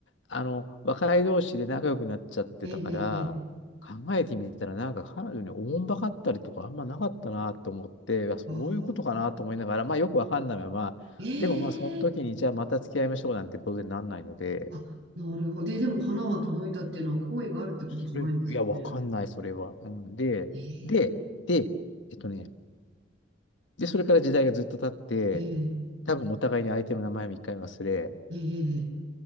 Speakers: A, on the left; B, on the right.
A: あの、若い同士で仲良くなっちゃってたから、
B: ええ、ええ、ええ
A: 考えてみたらなんか彼女におもんばかったりとかあんまなかったなと思って、いやそういうことかなと思いながら、
B: ああ、
A: まあよくわかんないまま、
B: ええ
A: でもまあその時にじゃあまた付き合いましょうなんて当然なんないので、
B: あ、なるほど。で、でも花は届いたっていうのは好意があるってことじゃないんですかね。
A: それ、いや、わかんない、それは。うん、で、
B: え
A: で、で、えっとね、で、それから時代がずっと経って、
B: ええ
A: 多分お互いに相手の名前も一回忘れ、
B: えええ